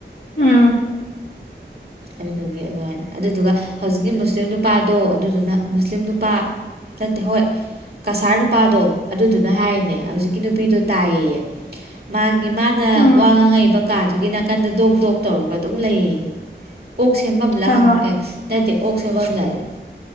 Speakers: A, on the left; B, on the right.
A: ꯎꯝ
B: ꯑꯗꯨꯗꯨꯒꯤ ꯑꯗꯨꯃꯥꯏꯅ ꯑꯗꯨꯗꯨꯒ ꯍꯧꯖꯤꯛꯀꯤ ꯃꯨꯁꯂꯤꯝ ꯅꯨꯄꯥꯗꯣ ꯑꯗꯨꯗꯨꯅ ꯃꯨꯁꯂꯤꯝ ꯅꯨꯄꯥ ꯅꯠꯇꯦ ꯍꯣꯏ ꯀꯁꯥꯔ ꯅꯨꯄꯥꯗꯣ ꯑꯗꯨꯗꯨꯅ ꯍꯥꯏꯅꯦ ꯍꯧꯖꯤꯛꯀꯤ ꯅꯨꯄꯤꯗꯣ ꯇꯥꯏꯌꯦꯌꯦ ꯃꯥꯒꯤ ꯒꯤ ꯃꯥꯅ
A: ꯎꯝ
B: ꯋꯥ ꯉꯥꯡꯉꯛꯏꯕ ꯀꯥꯗꯨꯒꯤ ꯅꯥꯀꯟꯗ ꯗꯣꯛ ꯗꯣꯛ ꯇꯧꯔꯒ ꯑꯗꯨꯝ ꯂꯩꯌꯦꯌꯦ ꯑꯣꯛ ꯁꯦꯝꯃꯝꯂ
A: ꯍꯥꯏꯃ
B: ꯍꯪ ꯑꯦ ꯅꯠꯇꯦ ꯑꯣꯛ ꯁꯦꯝꯃꯝꯂꯌꯦ